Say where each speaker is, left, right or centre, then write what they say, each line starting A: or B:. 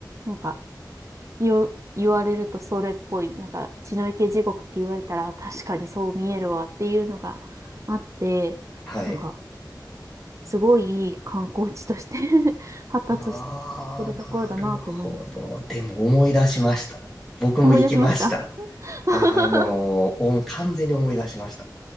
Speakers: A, on the right; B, in the centre.
A: なんか、言う、言われるとそれっぽい、なんか、血の池地獄って言われたら、確かにそう見えるわっていうのがあって、
B: はい。
A: なんか、すごいいい観光地として <laughs> 発達しし
B: ああ、
A: てるところだなと思いました。
B: なるほど。でも思い出しました。僕も行きました。
A: 思い出しました。<laughs>
B: あの、お完全に思い出しました。